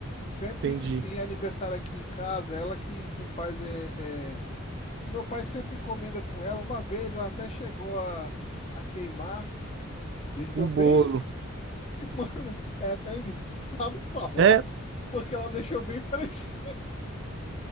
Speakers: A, on the left; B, on the right.
A: Sempre
B: Entendi.
A: em em aniversário aqui em casa, ela que, que faz. É, é, a- O meu pai sempre encomenda com ela. Uma vez ela até chegou a, a queimar, deixou
B: O bolo.
A: bem. <laughs> Mano, é até engraçado <laughs> falar,
B: É,
A: porque ela deixou bem pretinho. <laughs>